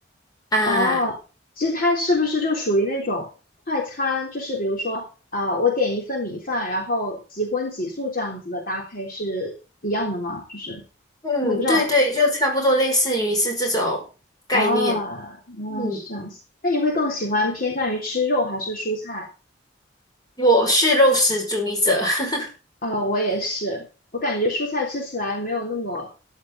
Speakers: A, on the left; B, on the left.
A: 啊。
B: 哦，其实它是不是就属于那种快餐？就是比如说啊、我点一份米饭，然后几荤几素这样子的搭配是一样的吗？就是
A: 嗯，
B: 因为我不知道
A: 对对，就差不多类似于是这种概念。
B: 啊，嗯，
A: 嗯，
B: 是这样子。那你会更喜欢偏向于吃肉还是蔬菜？
A: 我是肉食主义者。<laughs>
B: 啊、我也是，我感觉蔬菜吃起来没有那么，